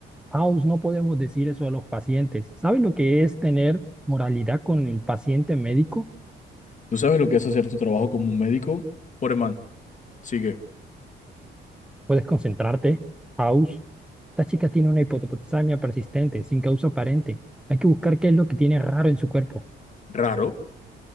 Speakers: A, in the centre; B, on the left.
A: House, no podemos decir eso a los pacientes. ¿Sabe lo que es tener moralidad con el paciente médico?
B: ¿Tú sabes lo que es hacer tu trabajo como un médico? Foreman, sigue.
A: Puedes concentrarte. House. Esta chica tiene una hipopotasamia persistente, sin causa aparente. Hay que buscar qué es lo que tiene raro en su cuerpo.
B: Raro.